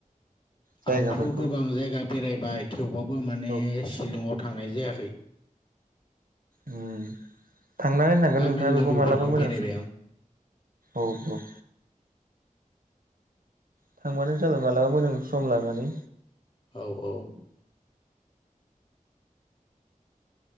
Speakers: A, on the right; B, on the left.
A: जायगाफोरखौ
B: आंथ' गोबां जायगा बेरायबाय थेवबाबो माने
A: औ
B: शिलंआव थांनाय जायाखै
A: उम थांना नायनांगोन
B: तामिलनाडुफोराव
A: नोंथाङा बेखौ मालाबा मोजां
B: बेरायबाय
A: सों
B: आं
A: औ औ थांबानो जाबाय मालाबा मोजां सम लानानै
B: औ औ